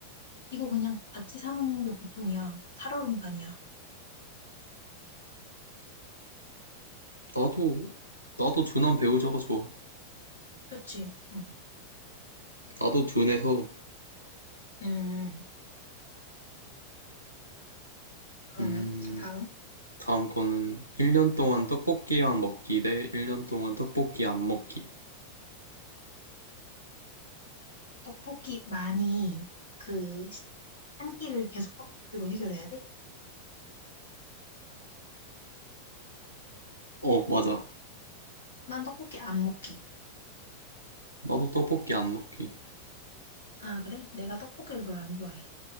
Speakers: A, on the left; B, on the right.
A: 이거 그냥 같이 사는 게 고통이야. 살얼음판이야.
B: 나도, 나도 둔한 배우자가 좋아.
A: 그렇지? 응.
B: 나도 둔해서.
A: 음, 그러면
B: 음,
A: 자 다음.
B: 다음 거는 1년 동안 떡볶이만 먹기 대 1년 동안 떡볶이 안 먹기.
A: 떡볶이 많이 그 한 끼를 계속 떡볶이로 해결해야 돼?
B: 어, 맞아.
A: 난 떡볶이 안 먹기.
B: 나도 떡볶이 안 먹기.
A: 아, 그래? 내가 떡볶이를 별로 안 좋아해.